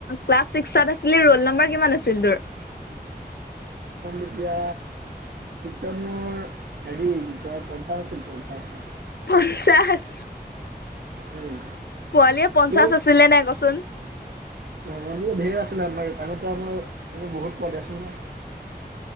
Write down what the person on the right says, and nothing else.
এতিয়া চিকেনৰ হেৰি কি কয় <unintelligible>
উম
তোৰ
<unintelligible> ঢেৰ আছিলে আমাৰ আন আমাৰ বহুত পোৱালি আছিল ন